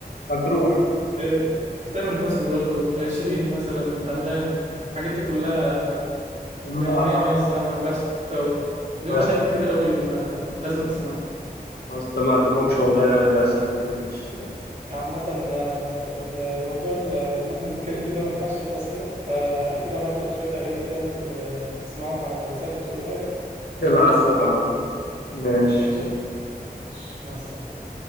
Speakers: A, on the left (about 80°); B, on the right (about 45°).
A: مجروح
B: آه، تامر حسني برضو آه، شيرين مثلا انغام الحاجات دي كلها
A: لا
B: م-
A: لا
B: مية مية
A: لا،
B: الصراحة ما ينفعش تتفوت
A: ما
B: ليهم
A: است-
B: أغاني كتير قوي ما لازم تسمعها
A: ما استمعت لهمش والله لا- للأسف يعني مش
B: عامة آه، الموضوع ال- اللي احنا بنتكلم فيه ده ما ينفعش يخلص كده فأكيد هبعت لك شوية أغاني كده ممكن ت- تسمعهم على الواتساب وتقول لي رأيك عشان
A: ابعت
B: بس محتاج
A: ولا عم
B: أقوم دلوقتي
A: ماشي
B: ماشي؟ ماشي مع السلامة